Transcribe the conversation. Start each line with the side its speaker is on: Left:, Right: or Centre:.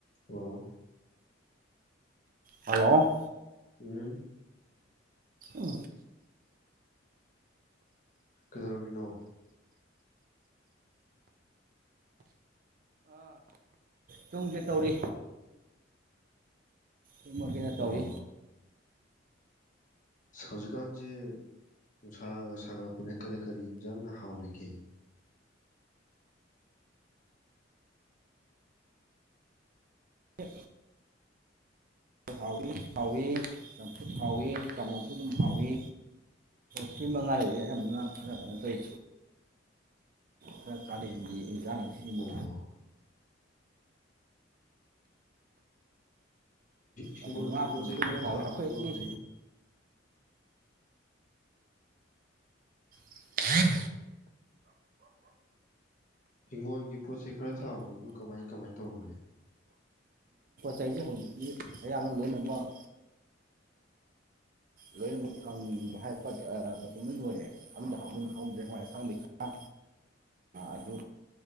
Left: hello
Right: hello
Left: ꯎꯝ
Right: ꯎ
Left: ꯀꯩꯗꯧꯔꯝꯃꯤꯅꯣ
Right: ꯇꯨꯃꯒꯦ ꯇꯧꯔꯤ ꯇꯨꯝꯃꯒꯦꯅ
Left: ꯑꯣ
Right: ꯇꯧꯔꯤ
Left: ꯍꯧꯖꯤꯛꯀꯥꯟꯁꯦ ꯅꯨꯡꯁꯥꯒ ꯁꯥꯒꯠꯂꯛꯄꯅ ꯀꯔꯤ ꯀꯔꯤ ꯌꯦꯟꯁꯥꯡꯅ ꯍꯥꯎꯔꯤꯒꯦ
Right: ꯎ ꯍꯥꯎꯏ ꯍꯥꯎꯏ ꯆꯝꯐꯨꯠ ꯍꯥꯎꯏꯤ ꯀꯥꯡꯉꯧꯁꯨ ꯑꯗꯨꯝ ꯍꯥꯎꯏ ꯁꯤ ꯃꯉꯥ ꯂꯩꯁꯦ ꯌꯥꯝꯅ ꯈꯔ ꯀꯩꯅꯣ ꯇꯧꯔꯤ ꯈꯔ ꯀꯥꯂꯦꯟ ꯒꯤ ꯌꯦꯛꯏ ꯖ ꯁꯤꯃ
Left: ꯑꯣ ꯍꯤꯡꯒꯣꯜꯒꯤ
Right: ꯑꯗꯨ ꯉꯥ ꯊꯣꯡꯕꯁꯨ
Left: ꯄꯣꯠ ꯆꯩꯩ
Right: ꯑꯗꯨꯝ
Left: ꯈꯔ
Right: ꯍꯥꯎꯋꯤ
Left: ꯊꯥꯕꯗꯣ
Right: ꯑꯩꯈꯣꯏ ꯑꯁꯤ
Left: ꯍꯧꯖꯤꯛ
Right: ꯎꯝ
Left: ꯍꯤꯡꯒꯣꯜꯒꯤ ꯄꯣꯠꯆꯩ ꯈꯔ ꯊꯥꯕꯗꯣ ꯑꯗꯨ ꯀꯃꯥꯏ ꯀꯃꯥꯏ ꯇꯧꯔꯒꯦ
Right: ꯏꯁꯩꯁꯦ ꯍꯧꯖꯤꯛꯇꯤ ꯑꯌꯥꯝꯅ ꯂꯣꯏꯅꯃꯛ ꯂꯣꯏꯅꯃꯛ ꯀꯪꯅꯤꯡꯕ ꯍꯥꯏ ꯄꯠ ꯃꯇꯨꯡ ꯂꯣꯏ ꯂꯣꯏꯔꯦ ꯑꯝꯗ ꯍꯧꯗ꯭ꯔꯦ ꯍꯋꯥꯏ ꯑꯛꯁꯥꯡ ꯂꯩ ꯈ ꯑꯗꯨ